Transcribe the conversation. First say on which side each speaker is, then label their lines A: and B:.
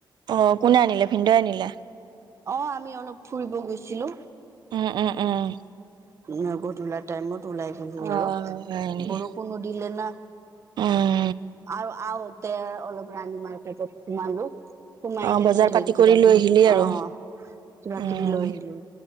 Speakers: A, on the right; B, on the right.
A: অ, কোনে আনিলে, ভিনদেওৱে আনিলে।
B: অ, আমি অলপ ফুৰিব গৈছিলো।
A: উম-উম-উম,
B: নগধ ওলা টাইমত ওলাই গলো অলপ
A: অ' হয় নেকি?
B: বৰষুণো দিলে না।
A: উম,
B: আৰু আহোতে অলপ ৰাণী মাৰ্কেটত সোমালো। সোমাই
A: অ'
B: কেনে
A: বজাৰ
B: ধেই
A: পাতি
B: কিবা
A: কৰি
B: কিবি
A: লৈ আহিলি আৰু
B: অ, কিবা
A: উম
B: কিবি লৈ আহিলো।